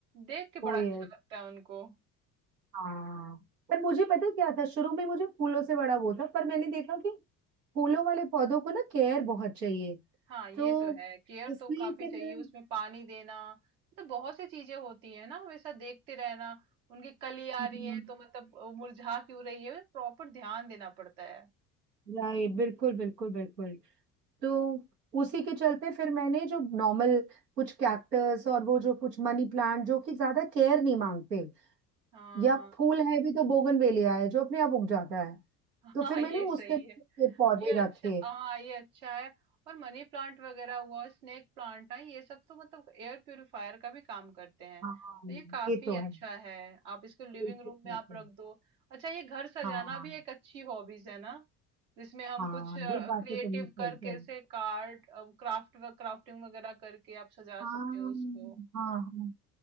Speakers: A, on the right; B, on the right.
A: देख के
B: हाँ
A: बड़ा अच्छा लगता है उनको
B: हाँ पर मुझे पता है क्या था शुरू में मुझे फूलों से बड़ा वो था पर मैंने देखा कि फूलों वाले पौधों को ना केयर बहुत चाहिए
A: हाँ ये
B: तो
A: तो है केयर
B: इसलिए
A: तो काफी
B: फिर
A: चाहिए
B: मैं
A: उसमें पानी देना मतलब बहुत सी चीजें होती है ना हमेशा देखते रहना उनकी कली आ
B: हम्म,
A: रही है तो मतलब वो मुरझा क्यों रही है प्रॉपर ध्यान देना पड़ता है
B: राइट बिल्कुल बिल्कुल बिल्कुल तो उसी के चलते फिर मैंने जो नॉर्मल कुछ कैक्टस और वो जो कुछ मनी प्लांट जो कि ज्यादा केयर नहीं मांगते
A: हाँ
B: या
A: हाँ
B: फूल है भी तो बोगनवेलिया है जो अपने आप उग जाता है तो
A: हाँ
B: फिर मैंने
A: ये
B: उस
A: सही
B: तरीके
A: है
B: के पौधे
A: ये अच्छा
B: रखे
A: हाँ ये अच्छा है और मनी प्लांट वगैरह हुआ स्नेक प्लांट है ये सब तो मतलब एयर प्यूरिफायर का भी काम करते हैं
B: हाँ
A: तो ये काफी
B: ये तो
A: अच्छा
B: है
A: है आप इसको लिविंग
B: बिल्कुल
A: रूम में
B: बिल्कुल
A: आप रख दो अच्छा ये घर सजाना
B: हाँ
A: भी एक अच्छी हॉबीज है ना जिसमें हम
B: हाँ
A: कुछ क्रिएटिव
B: ये बात तो तुमने सही
A: करके
B: कही
A: कैसे कार्ड क्राफ्ट क्राफ्टिंग वगैरह करके आप सजा
B: हाँ
A: सकते हो उसको
B: हाँ हाँ